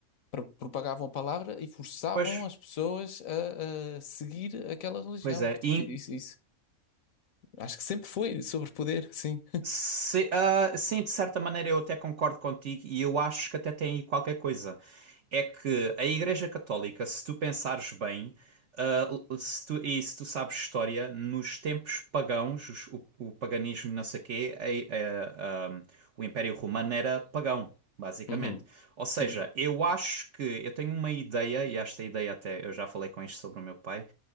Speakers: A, on the left; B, on the right.
A: pro- propagavam a palavra e forçavam
B: Pois,
A: as pessoas a, a seguir aquela religião.
B: pois é.
A: Portanto,
B: E,
A: isso, isso acho que sempre foi sobre poder, sim.
B: Se- ah, sim, de certa maneira eu até concordo contigo e eu acho que até tem aí qualquer coisa. É que a Igreja Católica, se tu pensares bem, ah, se tu- e se tu sabes história, nos tempos pagãos, os- o, o paganismo, não sei o quê, a- a- a- o Império Romano era pagão, basicamente.
A: Uhum.
B: Ou seja,
A: Sim.
B: eu acho que eu tenho uma ideia, e esta ideia até eu já falei com isto sobre o meu pai,